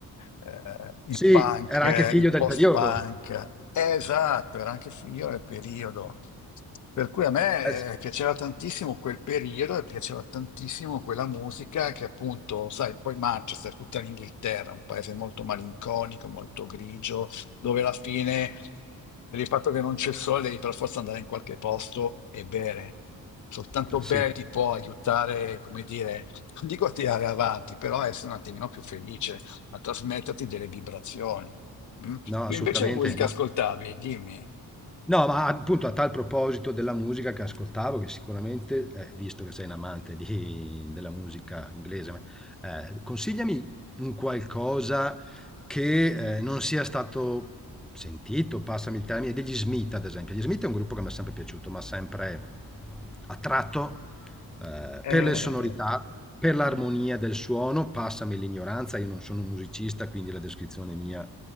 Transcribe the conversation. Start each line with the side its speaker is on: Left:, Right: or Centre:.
Left: eh, il
Centre: Sì,
Left: punk,
Centre: era
Left: eh,
Centre: anche figlio
Left: il
Centre: del
Left: post-punk.
Centre: periodo.
Left: Eh, Esatto, era anche io nel periodo. Per cui a me
Centre: Eh s
Left: eh, piaceva tantissimo quel periodo e piaceva tantissimo quella musica che appunto, sai, poi Manchester, tutta l'Inghilterra, un paese molto malinconico, molto grigio, dove alla fine, per il fatto che non c'è il sole, devi per forza andare in qualche posto e bere. Soltanto
Centre: eh
Left: bere
Centre: sì,
Left: ti può aiutare, come dire, non dico a tirare avanti, però a essere un attimino più felice, a trasmetterti delle vibrazioni. mm?
Centre: no
Left: Tu
Centre: assolutamente,
Left: invece che musica
Centre: ma
Left: ascoltavi? Dimmi.
Centre: No, ma appunto a tal proposito della musica che ascoltavo, che sicuramente, eh, visto che sei un amante di- della musica inglese, ma, eh, consigliami un qualcosa che eh, non sia stato sentito, passami il termine, degli Smith ad esempio. Gli Smith è un gruppo che mi è sempre piaciuto, ma sempre attratto eh,
Left: Eh,
Centre: per le sonorità, per l'armonia del suono, passami l'ignoranza, io non sono un musicista, quindi la descrizione mia